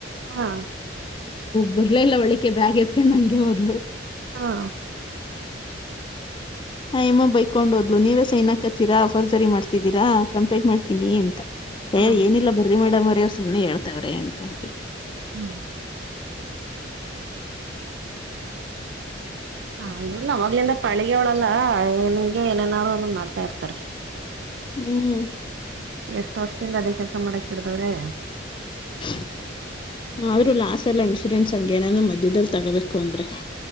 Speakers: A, on the right; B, on the left.
A: ಹಾ.
B: ಬರ್ಲ ಇಲ್ಲ ಒಳ್ಳಿಕೆ ಬ್ಯಾಗ್ ಏತಕೊಂಡ ಹಂಗೆ ಹೋದ್ಲು.
A: ಹಾ.
B: <inaudible> ಹ ಎಮ್ಮ ಬೈಕೊಂಡ ಹೋದ್ಲು ನೀವೆಸ ಏನ್ಕತ್ತೀರಾಫರ್ಜರಿ ಮಾಡ್ತಿದ್ದೀರಾ ಕಂಪ್ಲೇಂಟ್ ಮಾಡ್ತೀನಿ ಅಂತ.
A: ಹಾ
B: ಏ ಏನಿಲ್ಲ ಬರ್ರಿ ಮೇಡಮ್ ಅವರ ಸುಮ್ನೆ ಹೇಳ್ತವ್ರೆ ಅಂತಂತಿಲ್ಲ.
A: ಹ್ಮ. ಹ ಇದ್ರಲ್ಲ ಅವಾಗ್ಲಿಂದ ಪಳಿಗೆ ಅವಳಲ್ಲಾ ಏನ್ಗೆ ಏನೇನಾದಾರರು ಅದನ್ ಮಾಡ್ತಾ ಇರ್ತಾರೆ.
B: ಹ್ಮ್.
A: ಎಷ್ಟ್ ವರ್ಷದಿಂದ ಅದೇ ಕೆಲ್ಸ ಮಾಡಕ್ ಇಡ್ದವ್ರೆ.
B: <inaudible> ಆದ್ರೂ ಲಾಸ್ ಎಲ್ಲ ಇನ್ಶೂರೆನ್ಸ್ ಹಂಗ ಏನಾದಾರ ಮಧ್ಯದದಲ್ಲಿ ತಗೋಬೇಕು ಅಂದ್ರೆ.